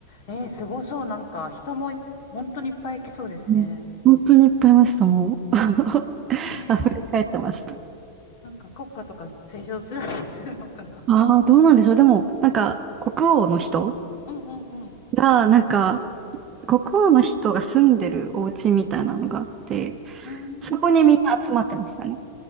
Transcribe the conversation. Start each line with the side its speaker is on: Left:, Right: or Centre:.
Left: えー、すごそう。なんか、人もい本当にいっぱい来そうですね。
Right: うん本当にいっぱいいました、もう。<laughs>
Left: えー、
Right: 溢れ返ってました。
Left: なんか国歌とか斉唱する、<laughs> するのかな。
Right: ああ、どうなんでしょう。でも、なんか、国王の人
Left: うんうんうん。
Right: が、なんか、国王の人が住んでるお家みたいなのがあって、
Left: うーん。
Right: そこにみんな集まってましたね。